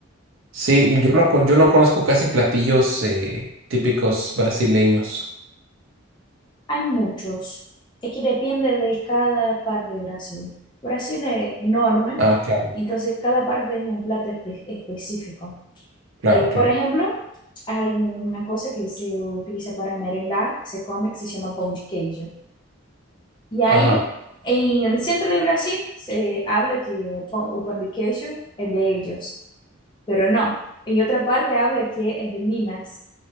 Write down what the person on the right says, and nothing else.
Sí, yo no, co- yo no conozco casi platillos eh, típicos brasileños.
Ah, claro,
claro,
claro.
Ajá,